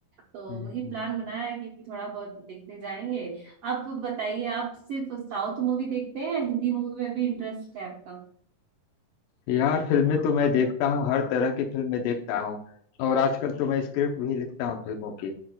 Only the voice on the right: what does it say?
तो
वही
प्लान बनाया है कि थोड़ा बहुत देखने जाएंगे आप बताइए आप सिर्फ साउथ मूवी देखते हैं या हिंदी मूवी में भी इंटरेस्ट है आपका